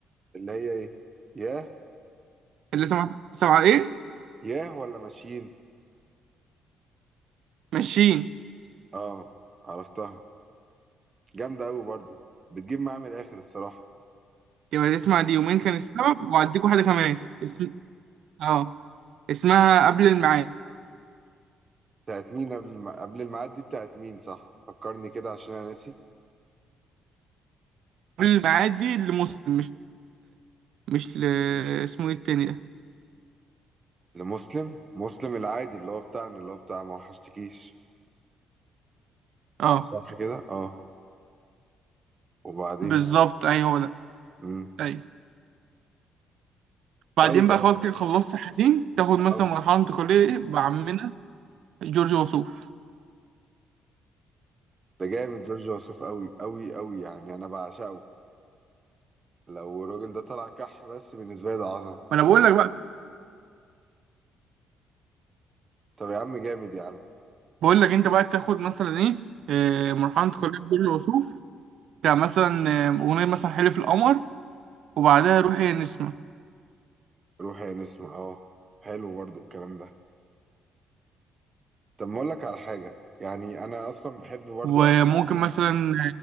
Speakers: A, on the right; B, on the right.
A: اللي هي ايه ياه
B: اللي سمعتها سمع إيه
A: ياه ولا ماشيين
B: ماشيين
A: اه عرفتها جامده قوي برضو بتجيب معايا من الاخر الصراحه
B: يبقى تسمع دي يومين كان السبب وهديك واحدة كمان اسم اه اسمها قبل الميعاد
A: بتاعت مين قبل الم... قبل الميعاد دي بتاعت مين صح فكرني كده عشان انا ناسي
B: قبل الميعاد دي لمسلم مش مش ل... اسمه ايه التاني ده
A: لمسلم مسلم العادي اللي هو بتاعنا اللي هو بتاع ما وحشتكيش
B: اه
A: صح كده اه وبعدين
B: بالظبط اي هو ده
A: مم.
B: اي بعدين
A: طيب
B: بقى
A: يعني
B: خلاص كده خلصت حزين تاخد
A: اه
B: مثلا مرحلة انتقالية بعمنا جورج وسوف
A: ده جامد جورج وسوف قوي قوي قوي يعني انا بعشقه لو الراجل ده طلع كح بس بالنسبه لي ده عظمه
B: ما انا بقول لك بقى
A: طب يا عم جامد يا عم
B: بقول لك انت بقى تاخد مثلا ايه آه، مرحلة انتقالية جورج وسوف كمثلا آه، اغنية مثلا حلف القمر وبعدها روحي يا نسمة
A: روح يا نسمة اه حلو برضو الكلام ده طب ما اقول لك على حاجه يعني انا اصلا بحب برضو
B: وممكن
A: اسمع مين
B: مثلا